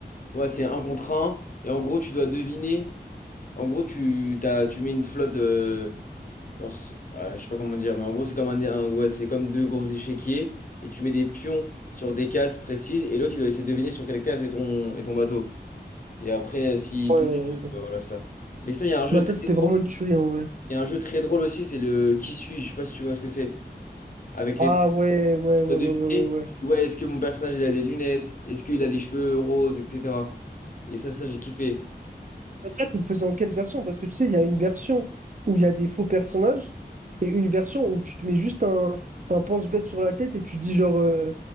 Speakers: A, on the left (about 50°); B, on the right (about 50°).
A: Ouais, c'est un contre un. Et en gros, tu dois deviner En gros, tu, t'as, tu mets une flotte. euh, genre, c'est- ouais, je sais pas comment dire, mais en gros, c'est comme, un, un- ouais, c'est comme deux gros échiquiers et tu mets des pions sur des cases précises et l'autre, il doit essayer de deviner sur quelle case est ton, est ton bateau. Et après, euh, s'il
B: Ouais.
A: doute, euh, bah voilà ça. Mais sinon, il y a un jeu
B: Bah, ça,
A: très
B: c'était
A: drôle,
B: vraiment une tuerie, en vrai.
A: il y a un jeu très drôle aussi, c'est le Qui suis-je? Je sais pas si tu vois ce que c'est. Avec
B: Ah,
A: les têtes,
B: ouais, ouais,
A: tu
B: ouais,
A: dois deviner.
B: ouais, ouais, ouais. ouais.
A: Ouais, est-ce que mon personnage, il a des lunettes? Est-ce qu'il a des cheveux roses, etc. Et ça, ça, j'ai kiffé.
B: Mais ça, tu le faisais en quelle version? Parce que tu sais, il y a une version où il y a des faux personnages et une version où tu te mets juste un, un pense-bête sur la tête et tu dis, genre, euh,